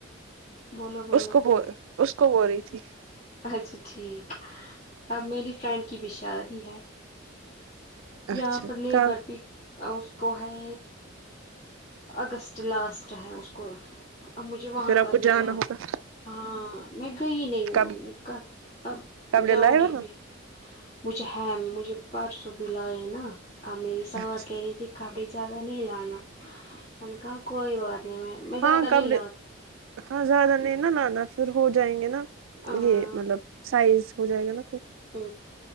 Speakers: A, on the left; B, on the right.
A: بولو بولو
B: اس کو بول اس کو بول رہی تھی
A: اچھا ٹھیک اب میری فرینڈ کی بی شادی ہے یہاں
B: اچھا
A: پر بھی
B: کب
A: نہیں اس کو ہے اگست لاسٹ ہے اس کو اب مجھے وہاں
B: پھر آپ
A: پر
B: کو
A: بھی
B: جانا
A: جانہ
B: ہوگا
A: ہاں میں گئی نہیں ہو
B: کب
A: اب
B: کپڑے
A: جاؤ
B: لائے
A: گی
B: وہاں
A: بھی مجھے ہے مجھے پرسوں بھی لائے نا آپ میری سانس
B: اچھا
A: کہہ رہی تھی کبڑ زادہ نہیں لانا آ کاا کوئی بات نہیں میں میں زیادہ
B: ہاں
A: نہیں
B: کپڑے
A: لاتی
B: ہاں زیادہ نہیں نا لانا پھر ہو جائیں گے نا
A: ہ
B: یہ مطلب سائز ہو جائے گا نا پھر
A: ہ